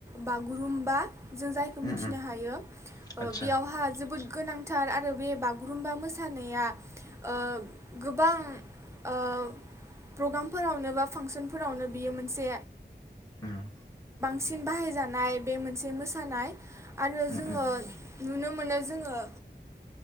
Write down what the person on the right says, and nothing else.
बागुरुम्बा जों जायखौ
मिथिनो
हायो ओ
बेयावहा जोबोद गोनां थार आरो बे बागुरुमबा मोसानाया ओ गोबां ओ प्रग्रामफोरावनो बा फांसनफोरावनो बियो मोनसे
सिन बाहाय जा नाय बे मोनसे मोसानाय आरो
जोङो नु‌ नुनो मोनो जोङो